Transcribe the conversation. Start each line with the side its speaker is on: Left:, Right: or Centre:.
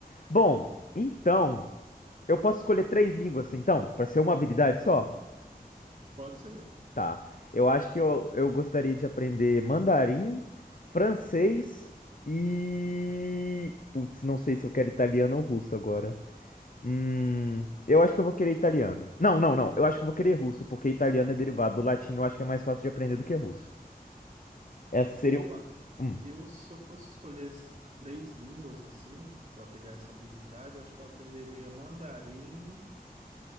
Left: Bom, então eu posso escolher três línguas, então, pra ser uma habilidade só?
Right: Pode ser.
Left: Tá. Eu acho que eu, eu gostaria de aprender mandarim, francês e. Putz, não sei se eu quero italiano ou russo agora. Hum, eu acho que eu vou querer italiano. Não, não, não. Eu acho que eu vou querer russo, porque italiano é derivado do latim. Eu acho que é mais fácil de aprender do que russo. Essa seria.
Right: Eu,
Left: o- Hum,
Right: Eu, se eu fosse escolher as três línguas, assim, para pegar essa habilidade, eu acho que eu aprenderia mandarim,